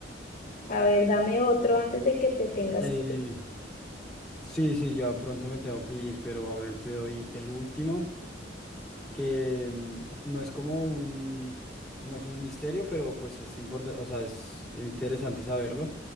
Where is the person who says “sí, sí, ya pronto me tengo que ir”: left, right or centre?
Centre